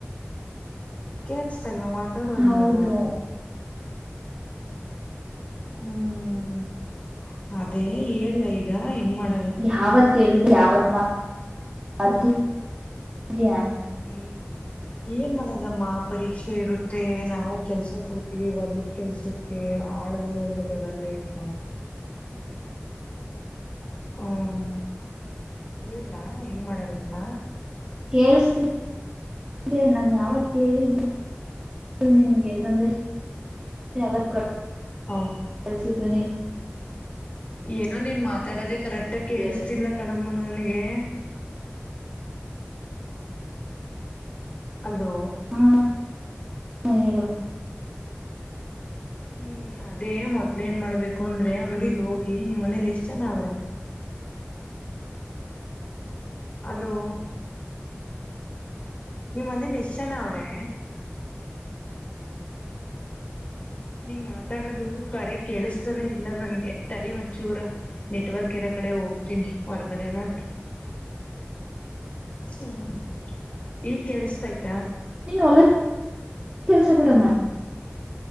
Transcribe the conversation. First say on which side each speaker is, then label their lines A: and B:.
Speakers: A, on the left; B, on the right.
A: ಕೇಳುಸ ಕಡಿಮೆ ಮಾತಾಡೋದು
B: ಹೌದು
A: ನಾನು ಹ್ಮ್ ಅದೇ ಹೇಳಲಾ ಈಗ ಹೆಂಗ್ ಮಾಡ
B: ಯಾವತ್ ಕೇಳಿದ ಯಾವತ್ <unintelligible>
A: ಹ್ಮ್ ಏನ್ ಮಾಡದಮ್ಮ ಪರೀಕ್ಷೆ ಇರುತ್ತೆ ನಾವು ಕೆಲ್ಸ ಕೊಡ್ತೀವಿ ಹೊಲದ್ ಕೆಲ್ಸಕ್ಕೆ ಆಳ್ಗಳೆಲ್ಲ ಬರಲ್ಲ ಈಗ. ಹ್ಮ ಹೇಳಲಾ ಹೆಂಗ ಮಾಡದಂತ.
B: ಕೇಳಿಸ್ತೆ ನನ್ ಯಾವತ್
A: ಎ
B: ಕೇಳಿದ್ದು ದು ನಿನ್ಗೆ ಸಂದೇಶ ಯಾವತ್
A: ಓ
B: ಬಳಸಧನ
A: ಏನೋ ನೀನ್ ಮಾತಾಡೋದೆೇ ಕರೆಕ್ಟ್ ಆಗಿ ಕೇಳಿಸಸ್ತಿಲ್ಲ
B: ಹೇಳು
A: ಕಣಮ್ಮ. ನನಗೆ ಹಲೋ.
B: ಹಾ ಹೇಳು
A: ಹ್ಮ್ ಅದೇ ಮೊದ್ಲ ಏನ್ ಮಾಡ್ಬೇಕು ಅಂದ್ರೆ ಅಂಗಡಿಲ್ ಹೋಗಿ ನಿಮ್ ಮನೇಲಿ ಎಷ್ಟ್ ಜನ ಅವ್ರೆ. ಅಲೋ ನಿಮ್ಮ ಮನೇಲಿ ಎಷ್ಟ ಜನ ಅವ್ರೆ. ನೀನ್ ಮಾತಾಡದು ಕರೆ ಕೇಳಿಸತಾನೇ ಇಲ್ಲ ನನ್ಗೆ ತಡಿ ಒಂಚೂರ ನೆಟ್ವರ್ಕ್ ಇರೋ ಕಡೆ ಹೋಗ್ತೀನಿ ಹೊರಗಡೆನಾದ್ರು ಹ ಈಗ್ ಕೇಳಿಸತಾ
B: ನೀನ್ ಹೊಲಕ್ ಕೆಲ್ಸ ಕೂಡ ಮಾಡ